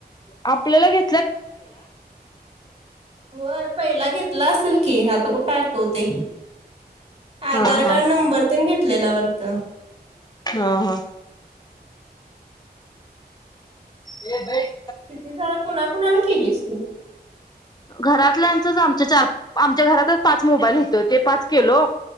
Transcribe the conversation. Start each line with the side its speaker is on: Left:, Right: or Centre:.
Left: आपल्याला घे
Right: होय. पहिला घेतला असेल की, आता कुठं आ ठवतय
Left: हा
Right: आधार
Left: हा
Right: कार्ड नंबर तेन घेतलेला वाड तं.
Left: हा हा ये बाई
Right: किती झाल कोणाकुणाला केलीस तु
Left: घरातल्यांचंच आमच्या चार आमच्या घरातच पाच मोबाईल होत ते पाच केलो.